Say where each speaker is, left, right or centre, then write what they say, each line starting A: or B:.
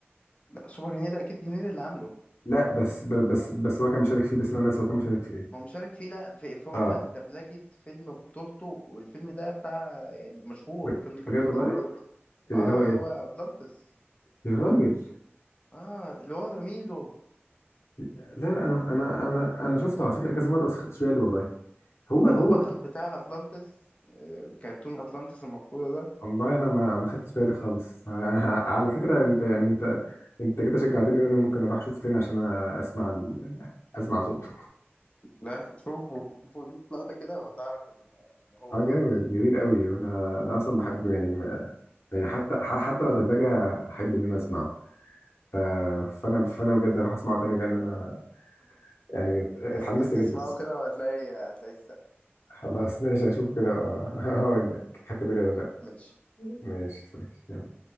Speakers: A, on the left; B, on the left.
A: لا سوبر هنيدي اكيد هنيدي اللي عامله
B: لا بس ب- بس بس هو كان مشارك فيه بس انا ناسي هو كان مشارك فيه
A: هو مشارك فيه لا في فهو
B: اه
A: عمل دبلجة فيلم بطولته والفيلم ده بتاع يعني مشهور
B: ب-
A: فيلم كرتون
B: بجد والله
A: مشهور قوي
B: اللي
A: اه
B: هو
A: اللي
B: ايه
A: هو اطلانتس
B: يا راجل
A: اه اللي هو ميلو
B: لا لا انا انا انا انا شفته على فكره كذا مره بس ما خدتش بالي والله هو
A: لا
B: هو
A: البطل بتاع اطلانتس آه، كرتون اطلانتس المفقودة ده
B: والله انا ما ما خدتش بالي خالص <laughs> ع- على فكره انت يعني انت انت كده شجعتني ان انا ممكن اروح اشوفه تاني عشان اسمع ال- اسمع صوته
A: لا شوفوا شوفوا شوف لقطة كده وهتعرف ان
B: <laughs>
A: إن هو
B: اه جامد
A: ايه
B: جميل قوي وانا انا اصلا بحب يعني يعني حتى ح- حتى لو دبلجه احب ان انا اسمعه ف- فانا فانا بجد هروح اسمعه تاني لان انا يعني اتحمست
A: اسم...
B: جدا
A: اسمعوا كده وهتلاقي هتلاقي السقف
B: خلاص ماشي هشوفه كده واقول <laughs> لك خدت بالي ولا لا
A: ماشي
B: ماشي صحيح